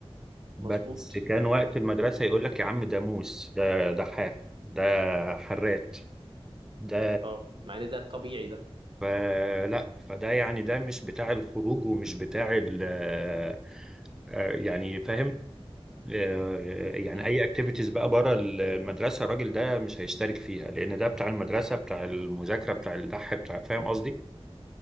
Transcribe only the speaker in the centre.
بس
كان وقت المدرسه يقول لك يا عم ده موس ده دحاح ده حرات ده
فلا فده يعني ده مش بتاع الخروج ومش بتاع ال آه، آه، يعني فاهم آه، يعني
اي اكتيفيتيز بقى بره المدرسه الراجل ده مش هيشترك فيها لان ده بتاع المدرسه بتاع المذاكره بتاع الدح بتاع فاهم قصدي